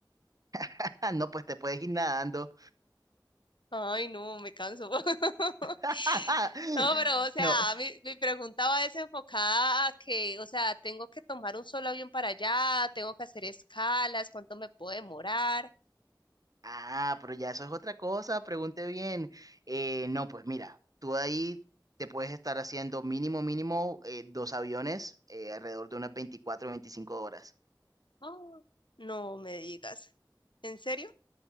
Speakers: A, on the right (about 50°); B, on the left (about 80°).
A: <laughs> No, pues te puedes ir nadando.
B: Ay, no, me canso. <laughs>
A: <laughs>
B: No, pero, o sea,
A: No,
B: mi, mi pregunta va desenfocada a que, o sea, tengo que tomar un solo avión para allá, tengo que hacer escalas, ¿cuánto me puedo demorar?
A: Ah, pero ya eso es otra cosa, pregunte bien. Eh, no, pues mira, tú ahí te puedes estar haciendo mínimo, mínimo eh, dos aviones eh, alrededor de unas 24 o 25 horas.
B: Oh, no me digas. ¿En serio?